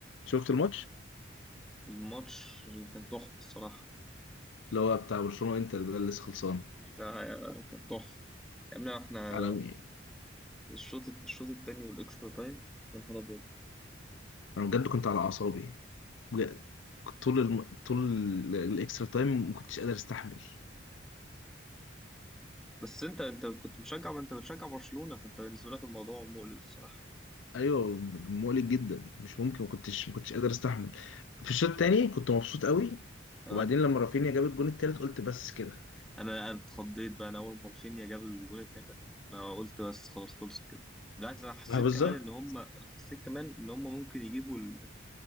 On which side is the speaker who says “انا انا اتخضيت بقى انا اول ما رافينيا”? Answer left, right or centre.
Centre